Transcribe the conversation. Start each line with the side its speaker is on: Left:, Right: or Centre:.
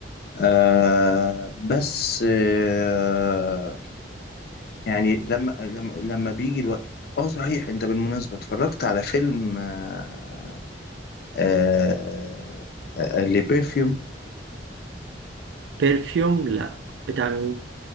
Left: آه بس آه يعني لما لما لما بيجي الوقت اه صحيح انت بالمناسبه اتفرجت على فيلم آه آه آه لبيرفيوم
Right: بيرفيوم لا بتاع مين